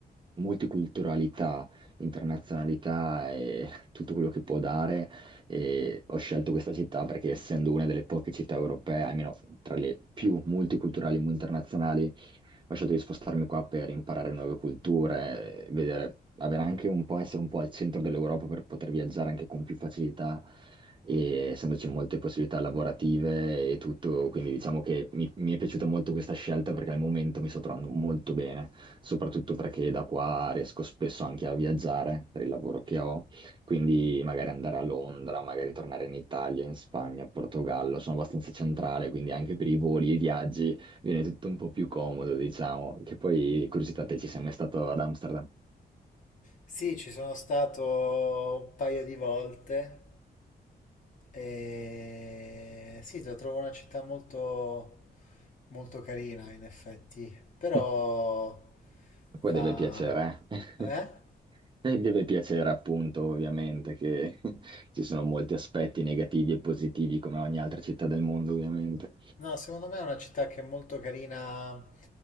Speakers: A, on the right (about 30°); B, on the left (about 50°).
A: multiculturalità, internazionalità e <laughs> tutto quello che può dare. E ho scelto questa città perché essendo una delle poche città europee, almeno tra le più multiculturali e internazionali, ho scelto di spostarmi qua per imparare nuove culture, vedere, avere anche un po', essere un po' al centro dell'Europa per poter viaggiare anche con più facilità e essendoci molte possibilità lavorative e tutto, quindi diciamo che mi, mi è piaciuta molto questa scelta perché al momento mi sto trovando molto bene, soprattutto perché da qua riesco spesso anche a viaggiare per il lavoro che ho, quindi magari andare a Londra, magari tornare in Italia, in Spagna, Portogallo, sono abbastanza centrale, quindi anche per i voli e i viaggi viene tutto un po' più comodo, diciamo, che poi, curiosità, te ci sei mai stato ad Amsterdam?
B: Sì, ci sono stato un paio di volte e sì, la trovo una città molto, molto carina in effetti,
A: <laughs>
B: però
A: Poi
B: fa...
A: deve piacere, eh?
B: Eh?
A: <laughs> E deve piacere appunto, ovviamente, che <laughs> ci sono molti aspetti negativi e positivi come ogni altra città del mondo, ovviamente.
B: No, secondo me è una città che è molto carina,